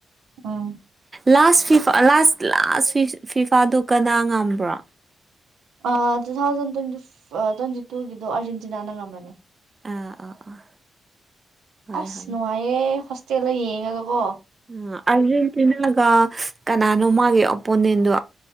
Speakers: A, on the right; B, on the right.
A: ꯎꯝ
B: ꯂꯥꯁ ꯐꯤꯐꯥ ꯂꯥꯁ ꯂꯥꯁ ꯐꯤꯐꯥꯗꯨ ꯀꯅꯥ ꯉꯝꯕ꯭ꯔꯣ
A: ꯑꯥ ꯇꯨ ꯊꯥꯎꯖꯟ ꯇ꯭ꯋꯦꯟꯇꯤ ꯇ꯭ꯋꯦꯟꯇꯤ ꯇꯨꯒꯤꯗꯣ ꯑꯥꯔꯖꯦꯟꯇꯤꯅꯥ ꯉꯝꯕꯅꯦ
B: ꯑꯥ ꯑꯥ ꯑꯥ ꯍꯣꯏ
A: ꯑꯁ
B: ꯍꯣꯏ
A: ꯅꯨꯡꯉꯥꯏꯌꯦ ꯍꯣꯁꯇꯦꯜꯗꯥ ꯌꯦꯡꯉꯒꯥꯀꯣ
B: ꯑꯥ ꯑꯔꯖꯦꯟꯇꯤꯅꯥꯒꯥ ꯀꯅꯥꯅꯣ ꯃꯥꯒꯤ ꯑꯣꯄꯣꯅꯦꯟꯗꯣ